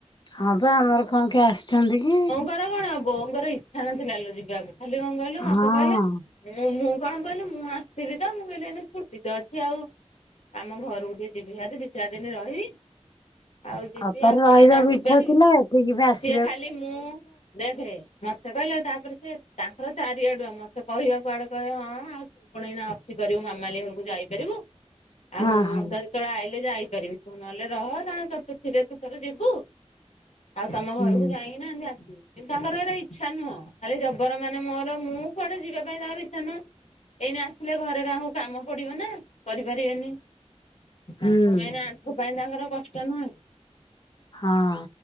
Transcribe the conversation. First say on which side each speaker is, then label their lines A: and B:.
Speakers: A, on the left; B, on the left.
A: ହଁ ପା ଆମର କଣ କିଏ ଆସିଛନ୍ତି କି?
B: କରଗଣ ବୋଉଙ୍କର ଇଚ୍ଛା ନଥିଲା ଲୋ ଯିବାକୁ। ଖାଲି କଣ କହିଲୁ
A: ହଁ
B: ମତେ କହିଲେ ମୁଁ ମୁଁ କଣ କହିଲି ମୁଁ ଆସିଥିଲି ତ ମୁଁ କହିଲି ଏଇନା ଛୁଟି ତ ଅଛି ଆଉ ଆମ ଘରକୁ ଟିକେ ଯିବି ବାହାରି ଦି ଚାରି ଦିନି ରହିବି। ଆଉ ଯିବି
A: ଅପାର
B: ଆଉ
A: ରହିବାକୁ
B: କଣ ଏଇନା ଆସିପାରିବି।
A: ଇଚ୍ଛା ଥିଲା। ଏଠିକି ବି ଆସି
B: ସିଏ ଖାଲି ମୁଁ। ଦେଖେ ମତେ କହିଲେ ତାପରେ ସେ ତାଙ୍କର ଚାରିଆଡୁ ମତେ କହିବାକୁ ଆଡେ କହିଲେ ହଁ ଆଉ। ତୁକଣ ଏଇନା ଆସିପାରିବୁ ମାମାଲି ଘରକୁ ଯାଇପାରିବୁ। ଆଉ
A: ହଁ
B: ମୁଁ
A: ହଁ
B: ତ କେତବେଳେ ଆଇଲେ ଯାଇପାରିବି। ତୁ ନହେଲେ ରହ ନ ହେଲେ ତୁ ଥିଲେ ତୁ ତୋର ଯିବୁ। ଆଉ ତମ ଘରକୁ
A: ହୁଁ
B: ଯାଇ ନାହାନ୍ତି ଆସି? କିନ୍ତୁ ତାଙ୍କର ଏଇରା ଇଚ୍ଛା ନୁହଁ। ଖାଲି ଜବର ମାନେ ମୋର ମୁଁ କୁଆଡେ ଯିବା ପାଇଁ ତାଙ୍କର ଇଚ୍ଛା ନୁହଁ। ଏଇନା ଆସିଲେ ଘରେ କାହାକୁ କାମ ପଡିବ ନା। କରିପାରିବେନି।
A: ହୁଁ
B: ତାଙ୍କ ମେନ୍ ଆଣ୍ଠୁ ପାଇଁ ତାଙ୍କର କଷ୍ଟ ନହେଁ କି।
A: ହଁ।